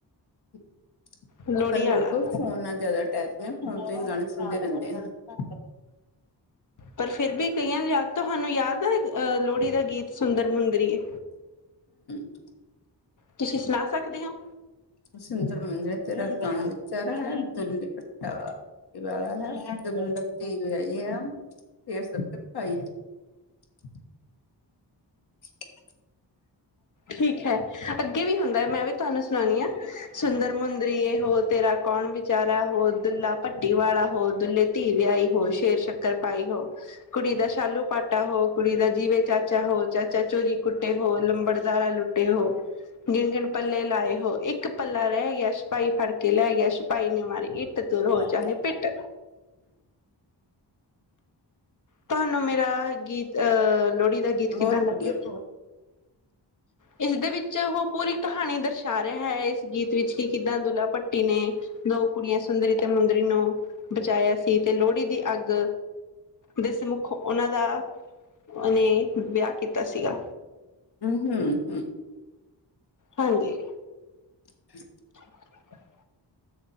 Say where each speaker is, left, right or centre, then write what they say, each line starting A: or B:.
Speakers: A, on the left (about 60°); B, on the left (about 45°).
A: <inaudible> ਅੱਜ
B: ਲੋਹੜੀ
A: ਕੱਲ੍ਹ
B: ਵਾਲਾ
A: ਲੋਕ ਫੋਨ ਨਾਲ ਜ਼ਿਆਦਾ ਟੈਸਦੇ ਆ ਹੁਣ ਤੁ ਹੀ ਗਾਣੇ ਸੁਣਦੇ ਰਹਿੰਦੇ ਆ
B: ਪਰ ਫਿਰ ਵੀ ਕਈਆਂ ਜਾ ਤੁਹਾਨੂੰ ਯਾਦ ਹੈ ਅ ਲੋਹੜੀ ਦਾ ਗੀਤ ਸੁੰਦਰ ਮੁਦਰੀਏ
A: <unintelligible>
B: ਤੁਸੀਂ ਸੁਣਾ ਸਕਦੇ ਹੋ
A: ਸੰਦਰ ਮੁੰਦਰਏ, ਤੇਰਾ ਕੌਣ ਵਿਚਾਰ ਹੈ ਦੋਲਾਪਾਠੀ ਵਾਲਾ ਹੈ। <unintelligible> ਫੇਰ ਸਭ ਤੱਕ ਖਾਈ ਹੈ <unintelligible> <inaudible>
B: ਠੀਕ ਹੈ ਅ ਇਵੇ ਹੀ ਹੁੰਦਾ ਹੈ ਮੈਂ ਵੀ ਤੁਹਾਨੂੰ ਸੁਣਾਣੀ ਹਾਂ। ਸੁੰਦਰ ਮੁੰਦਰੀਏ ਹੋ ਤੇਰਾ ਕੌਣ ਵਿਚਾਰਾ ਹੋ ਦੁੱਲਾ ਭੱਟੀ ਵਾਲਾ ਹੋ ਦੁੱਲੇ ਧੀ ਵਿਆਹੀ ਹੋ ਸ਼ੇਰ ਸ਼ੱਕਰ ਪਾਈ ਹੋ ਕੁੜੀ ਦਾ ਸ਼ਾਲੂ ਪਾਟਾ ਹੋ ਕੁੜੀ ਦਾ ਜੀਵੇ ਚਾਚਾ ਹੋ ਚਾਚਾ ਚੋਰੀ ਕੁੱਟੇ ਹੋ ਲੰਬੜਦਾਰਾ ਲੁੱਟੇ ਹੋ ਗਿਣਗਿਣ ਪੱਲੇ ਲਾਏ ਹੋ ਇੱਕ ਪੱਲਾ ਰਹਿ ਗਿਆ ਛਪਾਈ ਫੜ ਕੇ ਲੈ ਗਿਆ ਛਪਾਈ ਨੇ ਮਾਰੀ ਇੱਕ ਤੇ ਤੂੰ ਰੋ
A: ਹਮ
B: ਚਾਹੇ ਪਿੱਟ ਤੁਹਾਨੂੰ ਮੇਰਾ ਗੀਤ ਆ ਲੋਹੜੀ ਦਾ ਗੀਤ ਕਿੱਦਾਂ
A: ਬਹੁਤ
B: ਲੱਗਿਆ।
A: ਵਧੀਆ ਬਹੁਤ
B: ਇਸਦੇ ਵਿੱਚ ਉਹ ਪੂਰੀ ਕਹਾਣੀ ਦਰਸਾ ਰਿਹਾ ਹੈ ਇਸ ਗੀਤ ਵਿੱਚ ਕਿ ਕਿੱਦਾਂ ਦੁੱਲਾ ਭੱਟੀ ਨੇ ਦੋ ਕੁੜੀਆਂ ਸੁੰਦਰੀ ਤੇ ਮੁੰਦਰੀ ਨੂੰ ਬਚਾਇਆ ਸੀ ਤੇ ਲੋਹੜੀ ਦੀ ਅੱਗ ਦੇ ਸਮੁੱਖ ਉਹਨਾਂ ਦਾ ਉਹ ਨੇ ਵਿਆਹ ਕੀਤਾ ਸੀਗਾ
A: ਹੂੰ-ਹੂੰ ਹੂੰ
B: ਹਾਂਜੀ
A: <inaudible>
B: <inaudible>